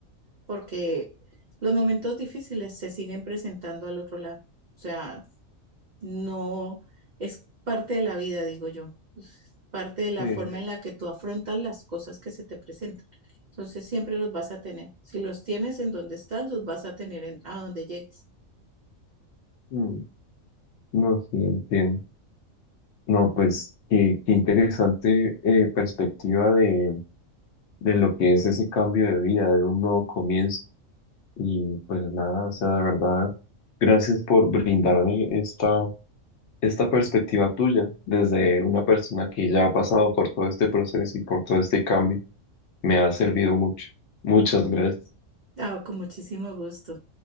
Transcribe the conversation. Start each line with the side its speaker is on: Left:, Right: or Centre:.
Right: porque los momentos difíciles se siguen presentando al otro lado, o sea, no es parte de la vida, digo yo, parte de la
Left: Sí,
Right: forma en la que tú afrontas las cosas que se te presentan. Entonces siempre los vas a tener. Si los tienes en donde estás, los vas a tener en, a donde llegues.
Left: mm, no, sí, entiendo. No, pues qué, qué interesante eh, perspectiva de, de lo que es ese cambio de vida, de un nuevo comienzo. Y pues nada, o sea, de verdad, gracias por brindarme esta, esta perspectiva tuya desde una persona que ya ha pasado por todo este proceso y por todo este cambio. Me ha servido mucho. Muchas gracias.
Right: Ah, con muchísimo gusto.